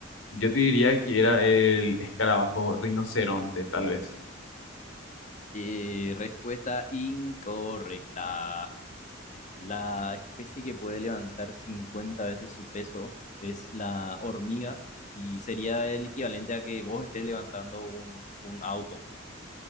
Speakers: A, on the left; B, on the left.
A: yo te diría que era el escarabajo rinoceronte, tal vez.
B: Eh, respuesta incorrecta. La especie que puede levantar 50 veces su peso es la hormiga y sería el equivalente a que vos estés levantando un, un auto.